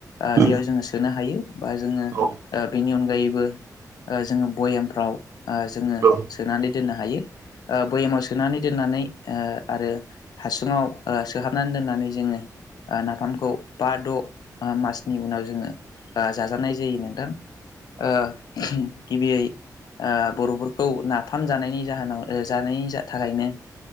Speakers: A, on the left; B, on the right.
A: ओ
B: औ
A: बेयाव जोङो सोनो हायो। बा जोङो
B: औ
A: ओ बेनि अनगायैबो ओ जोङो भयेमफ्राव आ जोङो
B: औ
A: सोनानै दोननो हायो। ओ बयामाव सोनानै दोननानै ओ आरो हासुङाव सोहाबनानै दोननानै जोङो नाफामखौ बा द' मासनि उनाव जोङो जाजानाय जायो नोंथां ओ गिबियै ओ बर'फोरखौ नाफाम जानायनि जाहोनाव जानायनि थाखायनो